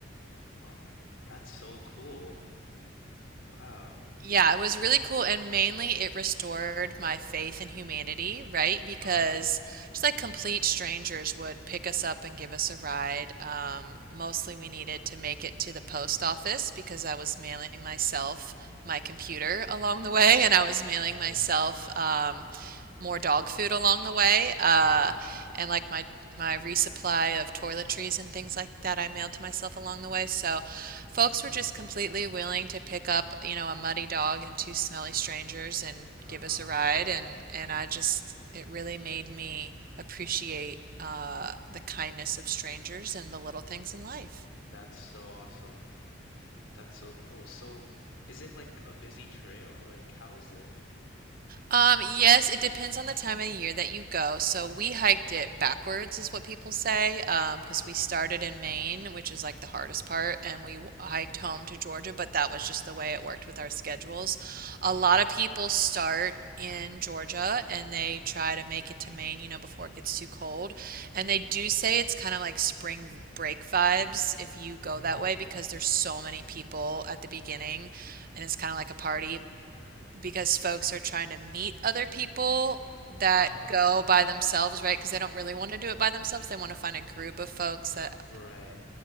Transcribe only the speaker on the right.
Yeah, it was really cool, and mainly it restored my faith in humanity, right? Because
just like complete strangers would pick us up and give us a ride. Um, mostly we
needed to make it to the post office because I was mailing myself my computer along the way, and I was mailing
myself
um, more dog food along the way. Uh,
and like my my resupply of toiletries and things like that I mailed to myself along the way. So folks
were just completely willing to pick up, you know, a muddy dog and two smelly strangers and
give us a ride and and I just it really made me appreciate uh, the kindness of strangers and the little things in life.
Um, yes, it depends on the time of year that you go. So we hiked it backwards, is what people say, um,
because we started in Maine, which is like the hardest part, and we w-
hiked home to Georgia, but that was just the way it worked with our schedules. A
lot of people start in Georgia and they try to make it to Maine, you know, before it gets too cold. And they do say it's kind of like spring break vibes if you go
that way because there's so many people at the beginning and it's kind of like a party
because folks are trying to meet other people that
go by themselves, right? Because they don't really want to do it by themselves. They want
to find a group of folks that